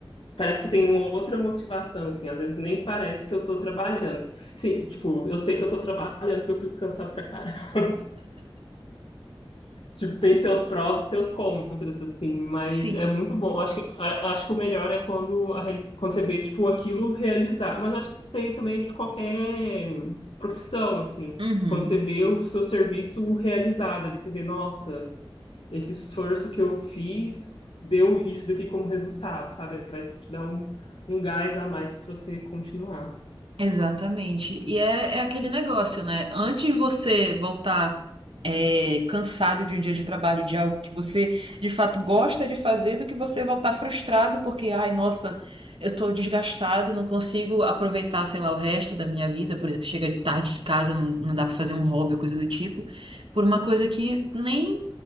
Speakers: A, on the left (about 80°); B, on the right (about 75°).
A: parece que tem uma outra motivação, assim, às vezes nem parece que eu tô trabalhando. Sim, tipo, eu sei que eu tô trabalhando, que eu fico cansado pra caralho. <laughs> Tipo, tem seus prós e seus contras, assim, mas
B: Sim.
A: é muito bom. Eu acho que, a- acho que o melhor é quando, a reali- quando você vê, tipo, aquilo realizar. Mas acho que isso aí também é de qualquer profissão, assim,
B: Uhum.
A: quando você vê o seu serviço realizado ali, você vê, nossa, esse esforço que eu fiz deu isso daqui como resultado, sabe? Vai te dar um, um gás a mais para você continuar.
B: Exatamente. E é, é aquele negócio, né? Antes de você voltar é, cansado de um dia de trabalho, de algo que você de fato gosta de fazer, do que você voltar frustrado porque, ai, nossa, eu tô desgastado, não consigo aproveitar, sei lá, o resto da minha vida. Por exemplo, chega de tarde de casa, não, não dá pra fazer um hobby ou coisa do tipo, por uma coisa que nem,